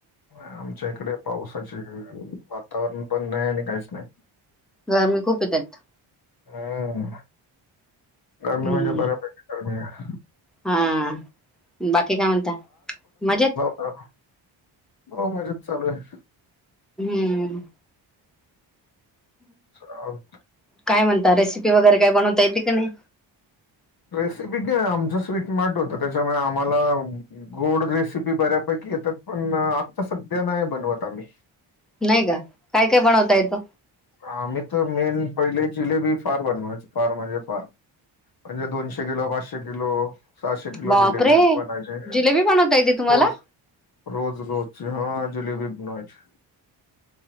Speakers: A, on the left (about 50°); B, in the centre.
A: आमच्या इकडे, पावसाचे वातावरण पण नाही आणि काहीच नाही.
B: गर्मी खूप येतात.
A: हम्, गर्मी
B: हम्म
A: म्हणजे बऱ्यापैकी गर्मी आहे.
B: हा, बाकी काय म्हणता मजेत?
A: ह, हो मजेत चालू आहे.
B: हम्म.
A: चालेल.
B: काय म्हणता, रेसिपी वगैरे काय बनवता येते का नाही?
A: रेसिपी काय आमचं स्वीट मार्ट होतं त्याच्यामुळे आम्हाला गोड रेसिपी बऱ्यापैकी येतात पण आता सध्या नाही बनवत आम्ही.
B: नाही का? काय काय बनवता येतो?
A: आम्ही तर मेन पहिले जिलेबी फार बनवायचो फार म्हणजे फार. म्हणजे दोनशे किलो, पाचशे किलो सहाशे किलो
B: बापरे
A: जिलेबी बनायचे रोज.
B: जिलेबी बनवता येते तुम्हाला?
A: रोज रोजची हां जलेबी बनवायची.